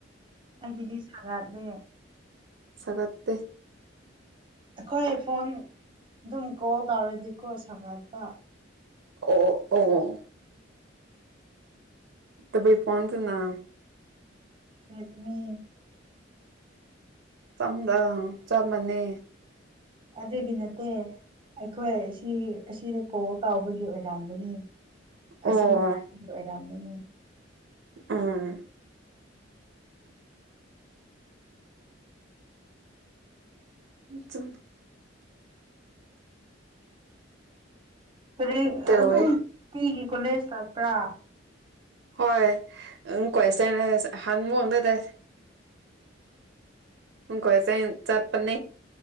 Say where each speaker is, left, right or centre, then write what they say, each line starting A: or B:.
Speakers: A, on the right; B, on the right.
A: ꯑꯩꯒꯤꯗꯤ ꯁꯥꯒꯥꯠꯂꯦ
B: ꯁꯀꯠꯇ
A: ꯑꯩꯈꯣꯏ ꯐꯣꯟ ꯑꯗꯨꯝ ꯀꯣꯜ ꯇꯧꯔꯗꯤꯀꯣ ꯁꯥꯒꯠꯄ
B: ꯑꯣ ꯑꯣ ꯇꯕꯩ ꯄꯣꯆꯅ
A: ꯔꯠꯃꯤ
B: ꯆꯝꯗ ꯆꯝꯃꯅꯦ
A: ꯑꯗꯨꯒꯤ ꯅꯠꯇꯦ ꯑꯩꯈꯣꯏ ꯁꯤ ꯑꯁꯤꯗ ꯀ ꯀꯥꯎꯕꯒꯤ ꯑꯣꯏꯔꯥꯡꯝꯗꯨꯅꯤ ꯑꯁꯤ
B: ꯑꯣ
A: ꯄꯥ ꯑꯣꯏ ꯌꯥꯅꯤ
B: ꯑꯥ ꯆ
A: ꯐꯦ
B: ꯇꯧꯋꯦ
A: ꯑꯗꯨꯝ ꯀꯣꯂꯦꯖ ꯇꯠꯄ꯭ꯔꯥ
B: ꯍꯣꯏ ꯎ ꯀꯣꯏ ꯑꯍꯥꯟꯕ ꯃꯑꯣꯡꯗꯗ ꯎ ꯀꯣꯏ ꯆꯦ ꯆꯠꯄꯥꯟ